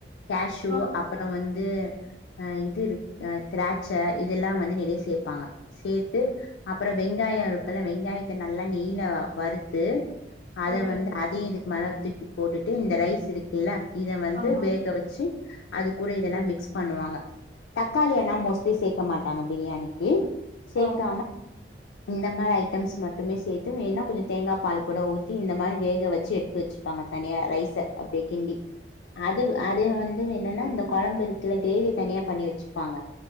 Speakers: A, on the left; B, on the right.
A: கேஷ்வு
B: ஆ
A: அப்புறோ வந்து இது அ இது இருக் திராட்ச இதெல்லா வந்து நிறைய சேர்ப்பாங்க சேர்த்து அப்புறோ வெங்காயோ இருக்குல வெங்காயத்தை நல்லா நெய்ல வறுத்து அத
B: ஓகே
A: வந்து அதையு இது மல தூக்கி போட்டுட்டு இந்த ரைஸ் இருக்குல்ல இத வந்து
B: ஆமா
A: வேக வச்சு அது கூட இதெல்லாம் மிக்ஸ் பண்ணுவாங்க தக்காளியனாம் மோஸ்ட்லி சே க்க மாட்டாங்க பிரியாணிக்கு சேக்காம
B: ஓகே
A: இந்த மாரி ஐட்டம்ஸ் மட்டுமே சேத்து ஏன்னா கொஞ்சம் தேங்காய் பால் கூட ஊத்தி இந்த மாதிரி வேக வச்சு எடுத்து வச்சு வச்சுப்பாங்க தனியாக ரைஸ்ச அப்படியே கிண்டி அது அது வந்து என்னன்னா இந்த குழம்பு இருத்துல கிரேவி தனியா பண்ணி வச்சுப்பாங்க